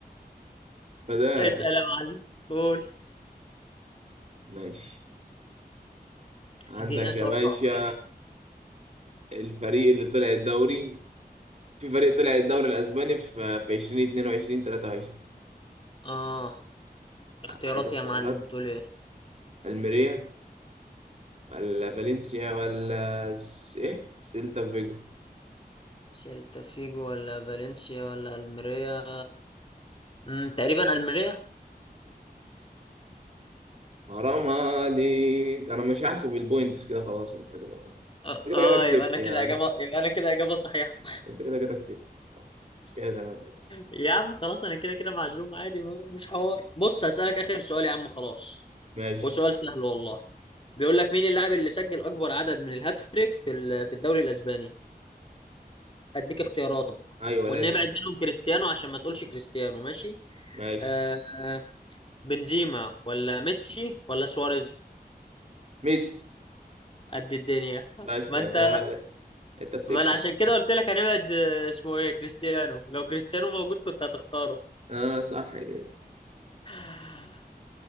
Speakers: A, on the right; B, on the left.
A: فده
B: اسأل يا معلم قول
A: ماشي عندك
B: ادينا سؤال
A: يا باشا
B: صعب بقى كده.
A: الفريق اللي طلع الدوري في فريق طلع الدوري الاسباني في في 2022 23
B: اه اختياراتي
A: عايز اختيارات
B: يا معلم بتقول ايه
A: الميريا ولا فالنسيا ولا س... ايه سيلتا فيجو
B: سيلتا فيجو ولا فالنسيا ولا الميريا امم تقريبا الميريا
A: حرام عليك انا مش هحسب البوينتس كده خلاص انت كده
B: اه
A: انت كده
B: آه،
A: كده كسبت
B: يبقى انا
A: يعني
B: كده اجابة يبقى انا كده اجابة صحيحة
A: انت كده كده كسبت مش زي ما تقول.
B: يا عم خلاص انا كده كده معزوم عادي م- مش حوار بص هسألك اخر سؤال يا عم خلاص
A: ماشي
B: وسؤال سهل والله بيقول لك مين اللاعب اللي سجل اكبر عدد من الهاتريك في ال- في الدوري الاسباني اديك اختياراتك
A: ايوه
B: ونبعد
A: لازم
B: منهم كريستيانو عشان ما تقولش كريستيانو ماشي
A: ماشي
B: آه آه، بنزيما ولا ميسي ولا سواريز
A: ميسي
B: قد الدنيا
A: بس
B: ما
A: انت
B: انت
A: انت بتكسب
B: ما انا عشان كده قلت لك هنبعد آه، اسمه ايه كريستيانو لو كريستيانو موجود كنت هتختاره
A: اه صح كده
B: آه،